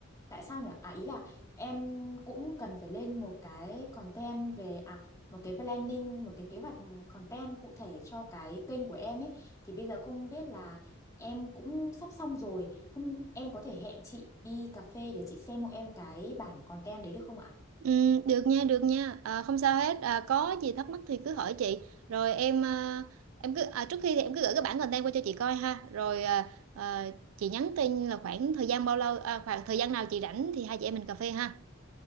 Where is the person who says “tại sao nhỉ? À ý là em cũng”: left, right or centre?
Left